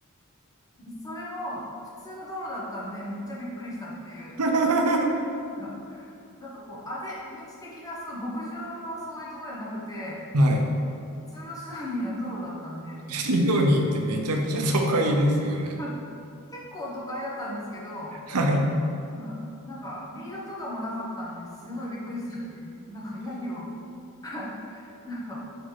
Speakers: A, on the left; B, on the right.
A: それも普通の道路だったんで、めっちゃびっくりしたっていう。
B: <laughs>
A: なんか、なんかこう、あぜ道的な、そう、牧場のそういうところじゃなくて、
B: はい。
A: 普通のシドニーの道路だったんで、
B: シドニーってめちゃくちゃ都会ですよね。
A: まあ結構都会だったんですけど、
B: はい。
A: うん、なんか、リードとかもなかったんで、すごいびっくりしたっていう。なんか、ヤギを、<laughs> はいなんか、